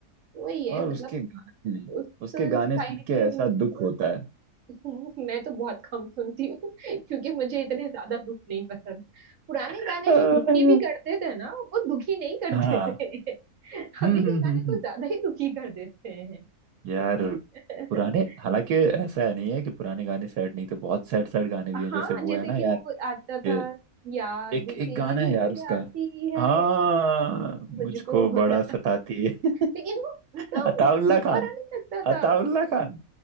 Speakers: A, on the right; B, on the right.
A: वही है
B: और
A: मतलब
B: उसके गाने
A: उस
B: उसके
A: साइड
B: गाने सुन के
A: के
B: ऐसा
A: लोगों
B: दुख होता है
A: को <laughs> मैं तो बहुत कम सुनती हूँ <laughs> क्योंकि मुझे इतने ज्यादा दुख नहीं पसंद पुराने
B: <laughs>
A: गाने जो दुखी भी करते थे ना वो दुखी नहीं करते
B: हाँ
A: थे <laughs>
B: हम्म
A: अभी के
B: हम्म
A: गाने
B: हम्म
A: कुछ
B: हम्म।
A: ज्यादा ही दुखी कर देते हैं
B: यार
A: <laughs>
B: पुराने हालांकि ऐसा है नहीं है कि पुराने गाने सैड नहीं थे बहुत सैड सैड गाने भी हैं
A: हाँ
B: जैसे वो
A: जैसे
B: है ना
A: कि
B: यार
A: वो आता था
B: ये
A: याद
B: एक एक
A: तेरी
B: गाना है यार उसका
A: आती है
B: हाँ मुझको
A: मुझको
B: बड़ा
A: बड़ा
B: सताती है
A: लेकिन वो
B: <laughs>
A: उतना
B: अताउल्ला
A: दुख
B: खान
A: भरा नहीं लगता था
B: अताउल्ला खान